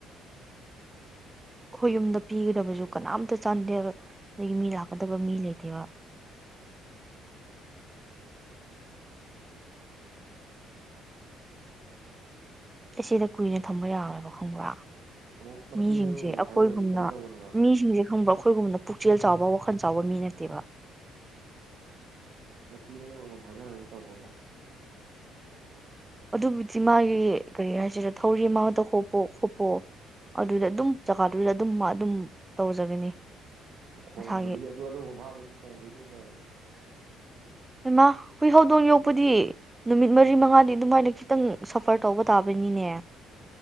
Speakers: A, on the right; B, on the right.
A: ꯑꯩꯣꯏꯌꯨꯝꯗ ꯄꯤꯒꯗꯕꯁꯨ ꯀꯅꯥꯝꯇ ꯆꯥꯟꯗꯦꯜ ꯑꯗꯒꯤ ꯃꯤ ꯂꯥꯛꯀꯗꯕ ꯃꯤ ꯂꯩꯇꯦꯕ ꯑꯦ ꯁꯤꯗ ꯀꯨꯏꯅ ꯊꯝꯕ ꯌꯥꯔꯣꯏꯕ ꯈꯪꯕ꯭ꯔꯥ
B: ꯑꯃꯛ ꯃꯊꯤ
A: ꯃꯤꯁꯤꯡꯁꯦ
B: ꯃꯌꯨ
A: ꯑꯩꯈꯣꯏꯒꯨꯝꯅ
B: ꯐꯥꯏꯖꯜꯂꯗꯤ ꯇꯂꯦꯗꯎꯅꯦꯕ
A: ꯃꯤꯁꯤꯡꯁꯦ ꯈꯪꯕ ꯑꯩꯈꯣꯏꯒꯨꯝꯕꯅ ꯄꯨꯛꯆꯦꯜ ꯆꯥꯎꯕ ꯋꯥꯈꯜ ꯆꯥꯎꯕ ꯃꯤ ꯅꯠꯇꯦꯕ
B: ꯃꯊꯤ ꯃꯌꯨꯕ ꯍꯥꯏꯖꯔꯒꯗꯤ ꯇꯧꯕ ꯑꯃꯨꯛ
A: ꯑꯗꯨꯕꯨꯗꯤ ꯃꯥꯒꯤ ꯀꯔꯤ ꯍꯥꯏꯁꯤꯗ ꯊꯧꯔꯤ ꯃꯥꯗ ꯈꯣꯄ ꯈꯣꯄꯣ ꯑꯗꯨꯗ ꯑꯗꯨꯝ ꯖꯒꯥꯗꯨꯗ ꯑꯗꯨꯝ ꯃꯥ ꯑꯗꯨꯝ ꯇꯧꯖꯒꯅꯤ
B: ꯈꯣꯡꯗꯣꯏꯅꯤ
A: ꯃꯁꯥꯒꯤ
B: ꯑꯗꯨ ꯑꯗꯨꯒ ꯃꯐꯝꯗꯨꯛ ꯈꯣꯡꯗꯣꯏꯅꯤꯅꯦ
A: ꯏꯃꯥ ꯍꯨꯏ ꯍꯧꯗꯣꯡ ꯌꯣꯛꯄꯨꯗꯤ ꯅꯨꯃꯤꯠ ꯃꯔꯤ ꯃꯉꯥꯗꯤ ꯑꯗꯨꯃꯥꯏꯅ ꯈꯤꯇꯪ ꯁꯐꯔ ꯇꯧꯕ ꯇꯥꯕꯅꯤꯅꯦ